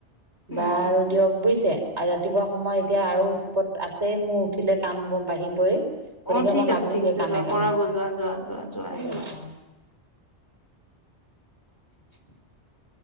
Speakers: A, on the left; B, on the right.
A: উম,
B: বা আৰু
A: উম, উম,
B: দিয়ক বুইছে আৰু ৰাতিপুৱা সময় এতিয়া আৰু উৎপট আছেই মোৰ উঠিলে কাম বাঢ়িবই গতিকে
A: অ', ঠিক
B: মই
A: আছে
B: লাগোগে
A: ঠিক আছে
B: কামে
A: যোৱা
B: কামে
A: কৰা গৈ যোৱা যোৱা যোৱা যোৱাই
B: ঠিক আছে
A: যোৱা।
B: অ
A: <inaudible>